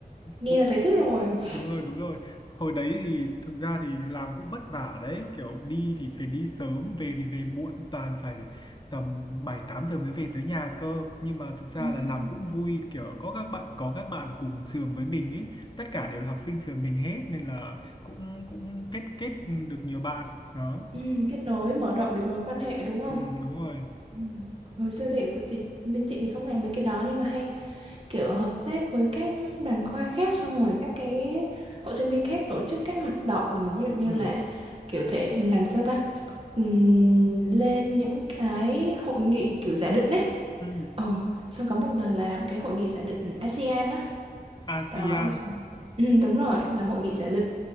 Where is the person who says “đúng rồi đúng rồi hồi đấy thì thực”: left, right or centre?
Left